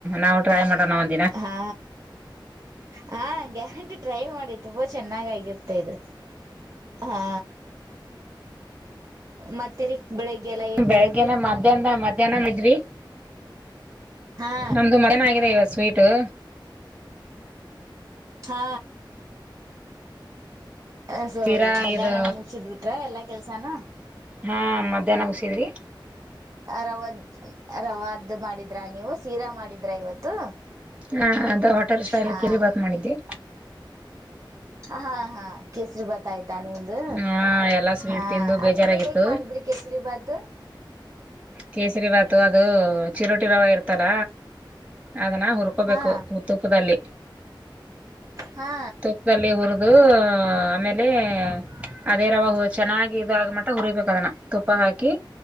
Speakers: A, on the right; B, on the right.
A: ನಾವು ಟ್ರೈ ಮಾಡೋಣ ಒಂದಿನ
B: ಹಾ ಹಾ ಗ್ಯಾರೆಂಟಿ ಟ್ರೈ ಮಾಡಿ ತುಂಬಾ ತುಂಬಾ ಚೆನ್ನಾಗಿ ಆಗುತ್ತೆ ಇದು ಹಾ ಮತ್ತೇರಿ ಬೆಳಿಗ್ಗೆ ಎಲ್ಲ ಏನ್
A: ಬೆಳಗ್ಗನ
B: ಮಾಡಿದ್ರಿ
A: <inaudible> <inaudible> <inaudible> ಮಧ್ಯಾಹ್ನ ಮ ಜನ <unintelligible> ಇದ <unintelligible> <inaudible> ಇದ್ವಿ
B: ಹಾ
A: ನಮ್ದು ಮನಗಾಗಿದೆ <unintelligible> <inaudible> ಸ್ವೀಟ್ <unintelligible>
B: ಹಾ ಹ ಸೋ
A: ತೀರಾ
B: ಮಧ್ಯಾಹ್ನನ
A: ಇದು
B: ಮುಗಸಿದ್ ಬಿಟ್ರ ಎಲ್ಲಾ ಕೆಲ್ಸಾನ
A: ಹಾ ಮಧ್ಯಾಹ್ನ ಮುಗಿಸಿದೀ ವ್ವ
B: ರವ ರವಾದ ಮಾಡಿದ್ರ ನೀವು ಸೀರಾ ಮಾಡಿದ್ರ ಇವತ್ತು
A: ಹಾ ಅದ ಹೋಟೆಲ್ ಸ್ಟೈಲ್
B: ಹಾ
A: ಕಿರಿ ಬಾತ್ ಮಾಡಿದ್ದವಿ
B: ಹಾ ಹಾ ಕೇಸರಿ ಬಾತ್ ಆಯ್ತು ತಾನ ಒಂದು
A: ಹ ಎಲ್ಲಾ ಸ್ವೀಟ್
B: ಹಾ
A: ತಿಂದು ಬೇಜಾರಾಗಿತ್ತು
B: ಅದು ನೀವ್ ಹೇಗ್ ಮಾಡಿದ್ರಿ ಕೇಸರಿ ಬಾತ್
A: ಕೇಸರಿ ಬಾತು ಅದು ಚಿರೋಟಿ ರವ ಇರ್ತಲ್ಲ ಅದನ್ನು ಹುರ್ಕೋಬೇಕು
B: ಹಾ
A: ತುಪ್ಪದಲ್ಲಿ
B: ಹಾ
A: ತುಪ್ಪದಲ್ಲಿ ಹುರಿದು ಆಮೇಲೆ ಅದೇ ರವ ಚೆನ್ನಾಗಿ ಇದ ಆಗ ಮಟ ಹುರಿಬೇಕ ಅದನ್ನ ತುಪ್ಪ ಹಾಕಿ